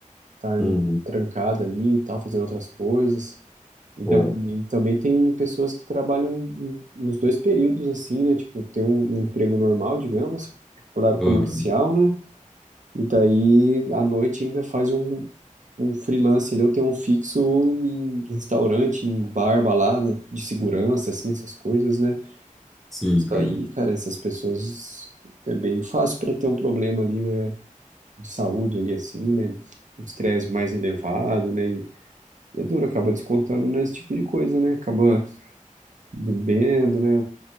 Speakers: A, on the right; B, in the centre.
A: Tá
B: Uhum.
A: em- trancada ali e tal, fazendo outras coisas. Então,
B: É.
A: e também tem pessoas que trabalham em- nos dois períodos, assim, né? Tipo, tem um, um emprego normal, digamos, horário comercial,
B: Aham.
A: né? E daí, à noite, ainda faz um, um freelance ali, ou tem um fixo em restaurante, em bar, balada, de segurança, assim, essas coisas, né?
B: Sim,
A: Isso
B: cara.
A: aí, cara, essas pessoas é bem fácil para ter um problema ali, né? De saúde ali, assim, né? Um estresse mais elevado, né? E, e é duro, acaba descontando nesse tipo de coisa, né? Acaba bebendo, né?